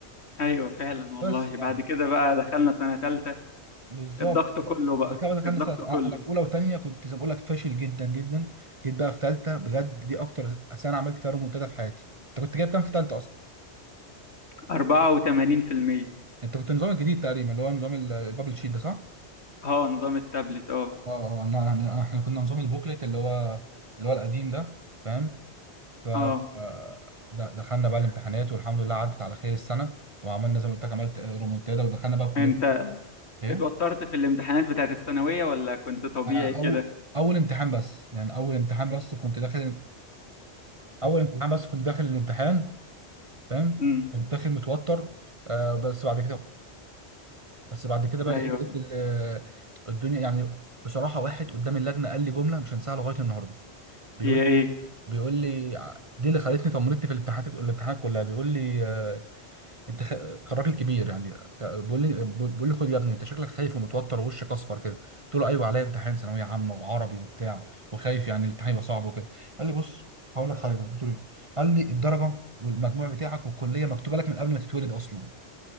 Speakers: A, on the left; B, on the right.
A: ايوه فعلا والله
B: بس يعني
A: بعد كده بقى دخلنا سنة تالتة
B: بالظبط
A: الضغط كله بقى
B: بعد كده دخلنا
A: الضغط
B: سنه
A: كله
B: انا في اولى وثانيه كنت زي ما بقول لك فاشل جدا جدا جيت بقى في ثالثه بجد دي اكتر سنه عملت فيها ريمونتادا في حياتي انت كنت جايب كام في ثالثه اصلا
A: 84%
B: انت كنت نظام الجديد تقريبا اللي هو نظام ال- البابل شيت ده صح
A: اه نظام التابلت اه
B: اه اه أنا- أنا- احنا كنا نظام البوكلت اللي هو اللي هو القديم ده فاهم ف
A: اه
B: آه، د- دخلنا بقى الامتحانات والحمد لله عدت على خير السنه وعملنا زي ما قلت لك عملت آه، ريمونتادا ودخلنا بقى الكليه
A: انت
B: ايه
A: اتوترت في الامتحانات بتاعت الثانوية ولا كنت طبيعي
B: آه،
A: كده
B: او اول امتحان بس يعني اول امتحان بس كنت داخل اول امتحان بس كنت داخل الامتحان فاهم
A: امم
B: كنت داخل متوتر آه بس بعد كده بس بعد كده بقى
A: ايوه
B: ايه لقيت ال- آه، الدنيا يعني بصراحه واحد قدام اللجنه قال لي جمله مش هنساها لغايه النهارده بيقول
A: هي ايه
B: بيقول لي ع- دي اللي خلتني طمنتني في الامتحانات الامتحانات كلها بيقول لي آه، انت خ... الراجل كبير يعني آه، بيقول لي بيقول لي خد يا ابني انت شكلك خايف ومتوتر ووشك اصفر كده قلت له ايوه عليا امتحان ثانويه عامه وعربي وبتاع وخايف يعني الامتحان يبقى صعب وكده قال لي بص هقول لك حاجه قلت له ايه قال لي الدرجه والمجموع بتاعك والكليه مكتوبه لك من قبل ما تتولد اصلا